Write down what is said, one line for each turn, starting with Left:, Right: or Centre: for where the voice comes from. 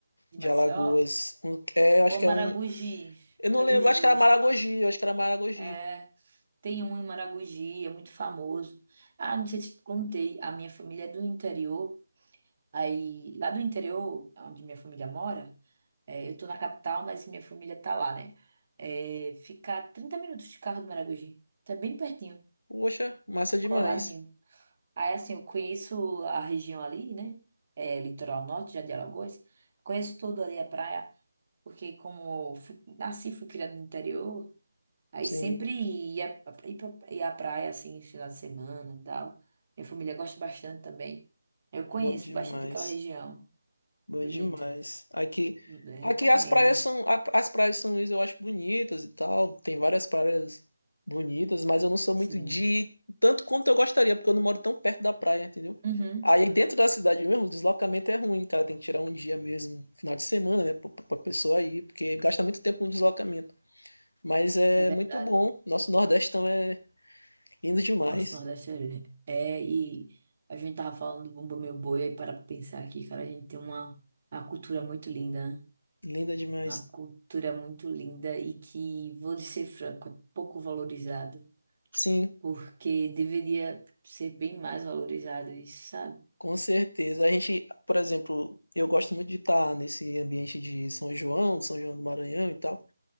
Right: De
Left: de
Right: Maceió,
Left: Alagoas. Um, é, eu acho
Right: ou
Left: que é
Right: Maragogi,
Left: um. Eu
Right: Maragogi,
Left: não lembro, acho que
Right: eu
Left: era
Right: acho
Left: Maragogi,
Right: que
Left: eu acho que era Maragogi.
Right: é, tem um em Maragogi, é muito famoso. Ah, não sei se te contei, a minha família é do interior, aí lá do interior, onde minha família mora, É, eu tô na capital, mas minha família tá lá, né? É, fica a 30 minutos de carro do Maragogi. Tá bem pertinho,
Left: Poxa, massa demais.
Right: coladinho. Aí, assim, eu conheço a região ali, né? É, litoral norte, já de Alagoas. Conheço todo ali a praia, porque como fui, nasci, fui criada no interior, aí
Left: Sim,
Right: sempre ia, ia pra ia à praia, assim, final de semana e tal. Minha família gosta bastante também. Eu conheço
Left: bom demais.
Right: bastante aquela região.
Left: Bom
Right: Bonito.
Left: demais. Aqui,
Right: Eu recomendo.
Left: aqui as praias são, a- as praias de São Luís eu acho bonitas e tal. Tem várias praias bonitas, mas eu não sou muito
Right: Sim.
Left: de ir tanto quanto eu gostaria, porque eu não moro tão perto da praia, entendeu?
Right: Uhum.
Left: Aí dentro da cidade mesmo, o deslocamento é ruim, cara. Tem que tirar um dia mesmo, final de semana, né, pra, pra pessoa ir, porque gasta muito tempo no deslocamento. Mas é
Right: É verdade.
Left: muito bom. Nosso Nordeste também é lindo demais.
Right: Nossa, o Nordeste é, é. E a gente tava falando do Bumba Meu Boi, aí para pra pensar aqui, cara, a gente tem uma, uma cultura muito linda, né?
Left: Linda demais.
Right: Uma cultura muito linda e que, vou lhe ser franco, é pouco valorizada,
Left: Sim.
Right: porque deveria ser bem mais valorizada, isso, sabe?
Left: Com certeza. A gente, por exemplo, eu gosto muito de estar nesse ambiente de São João, São João do Maranhão e tal.